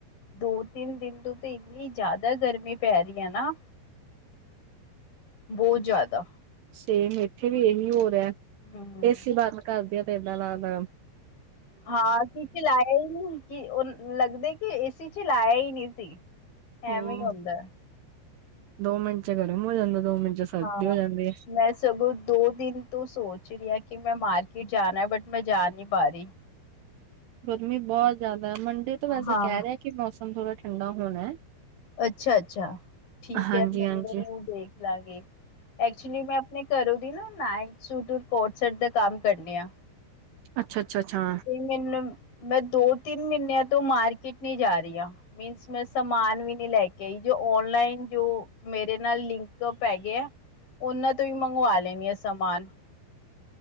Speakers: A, on the left; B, on the right.
A: ਦੋ-ਤਿੰਨ ਦਿਨ ਤੋਂ ਤਾਂ ਇੰਨੀ ਜ਼ਿਆਦਾ ਗਰਮੀ ਪੈ ਰਹੀ ਆ ਨਾ। ਬਹੁਤ ਜ਼ਿਆਦਾ।
B: ਸੇਮ ਇੱਥੇ ਵੀ ਇਹੀ ਹੋ ਰਿਹਾ,
A: ਹਮ
B: ਏ ਸੀ ਬੰਦ ਕਰਦੇ ਆ ਤਾਂ ਏਦਾਂ ਲਗਦਾ
A: ਹਾਂ ਅਸੀਂ ਚਲਾਇਆ ਹੀ ਨੀ ਕਿ ਉਹ ਲੱਗਦਾ ਕਿ ਏ ਸੀ ਚਲਾਇਆ ਹੀ ਨਹੀ। ਸੀ। ਐਵੇਂ
B: ਉਹ
A: ਹੀ ਹੁੰਦਾ।
B: ਦੋ ਮਿੰਟ ਚ ਗਰਮ ਹੋ ਜਾਂਦਾ ਦੋ ਮਿੰਟ ਚ ਸਰਦੀ
A: ਹਾਂ,
B: ਹੋ ਜਾਂਦੀ ਹੈ
A: ਮੈਂ ਸਗੋਂ ਦੋ ਦਿਨ ਤੋਂ ਸੋਚ ਰਹੀ ਆ ਕਿ ਮੈਂ ਮਾਰਕੀਟ ਜਾਣਾ ਹੈ ਬਟ ਮੈਂ ਜਾ ਨਹੀਂ ਪਾ ਰਹੀ।
B: ਗਰਮੀ ਬਹੁਤ ਜ਼ਿਆਦਾ ਹੈ ਮੰਡੇ ਤੋਂ ਵੈਸੇ
A: ਹਾਂ।
B: ਕਹਿ ਰਹੇ ਆ ਕਿ ਮੌਸਮ ਥੋੜ੍ਹਾ ਠੰਡਾ ਹੋਣਾ।
A: ਅੱਛਾ-ਅੱਛਾ, ਠੀਕ
B: ਹਾਂਜੀ
A: ਏ <unintelligible> ਮੈਨੂੰ
B: ਹਾਂਜੀ
A: ਦੇਖਲਾਂਗੇ। ਐਕਚੁਲੀ ਮੈਂ ਆਪਣੇ ਘਰੋਂ ਦੀ ਨਾ ਨਾਈਟ ਸੂਟ ਔਰ ਕੋਡ ਸੈਟ ਦਾ ਕੰਮ ਕਰਨੀ ਆ।
B: ਅੱਛਾ ਅੱਛਾ ਅੱਛਾ।
A: ਤੇ ਮੈਨੂੰ ਮੈਂ ਦੋ-ਤਿੰਨ ਮਹੀਨਿਆਂ ਤੋਂ ਮਾਰਕੀਟ ਨਹੀਂ ਜਾ ਰਹੀ ਹਾਂ ਮੀਨਸ ਮੈਂ ਸਮਾਨ ਵੀ ਨੀ ਲੈ ਕੇ ਆਈ ਜੋ ਔਨਲਾਈਨ ਜੋ ਮੇਰੇ ਨਾਲ ਲਿੰਕ ਪੈ। ਗਏ ਆ। ਉਹਨਾਂ ਤੋਂ ਹੀ ਮੰਗਵਾ ਲੈਣੀ ਆ ਸਮਾਨ।